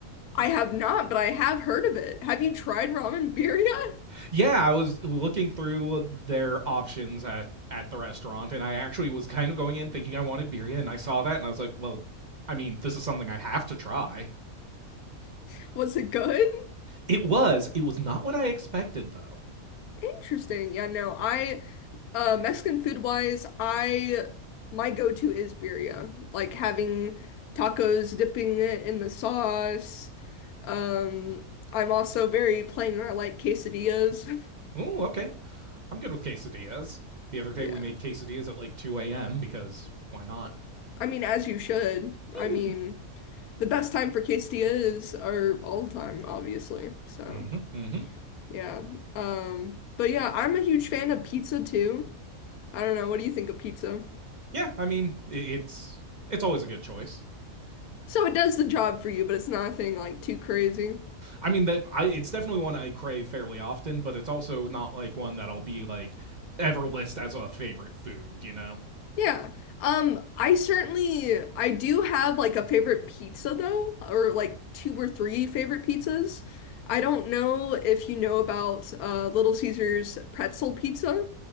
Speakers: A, on the left; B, on the right.
A: I have not, but I have heard of it. Have you tried ramen birria?
B: Yeah, I was looking through their options at, at the restaurant, and I actually was kind of going in thinking I wanted birria, and I saw that, and I was like, well, I mean, this is something I have to try.
A: <laughs> Was it good?
B: It was. It was not what I expected, though.
A: Interesting. Yeah, no, I Uh, Mexican food wise, I my go-to is birria. Like having tacos, dipping it in the sauce. Um, I'm also very plain and I like quesadillas. <laughs>
B: Ooh, okay. I'm good with quesadillas. The other day
A: Yeah.
B: we made quesadillas at like 2 a.m. because why not?
A: I mean, as you should.
B: <laughs>
A: I mean, the best time for quesadillas are all the time, obviously. So,
B: mm-hmm, mm-hmm.
A: yeah. Um, but yeah, I'm a huge fan of pizza too. I don't know, what do you think of pizza?
B: Yeah, I mean, it's it's always a good choice.
A: So it does the job for you, but it's nothing like too crazy.
B: I mean that I it's definitely one I crave fairly often, but it's also not like one that I'll be like ever list as a favorite food, you know.
A: Yeah. Um, I certainly I do have like a favorite pizza though, or like two or three favorite pizzas. I don't know if you know about uh Little Caesar's pretzel pizza.